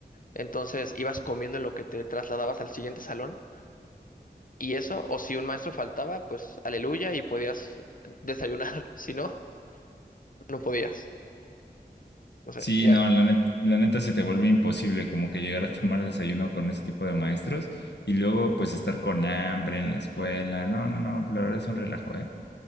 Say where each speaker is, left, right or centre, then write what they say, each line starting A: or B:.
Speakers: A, on the left; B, on the left.
A: entonces ibas comiendo en lo que te trasladabas al siguiente salón y eso, o si un maestro faltaba, pues aleluya y podías desayunar, <laughs> si no, no podías. O sea,
B: Sí,
A: ya-
B: no, la net- la neta se te vuelve imposible como que llegar a <laughs> tomar desayuno con ese tipo de maestros y luego pues estar con hambre en la escuela. No, no, no, la verdad es un relajo, ¿eh?